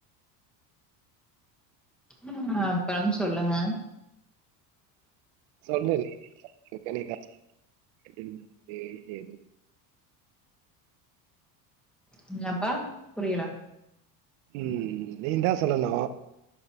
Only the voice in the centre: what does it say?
ம் அப்பறம் சொல்லுங்க
என்னப்பா புரியல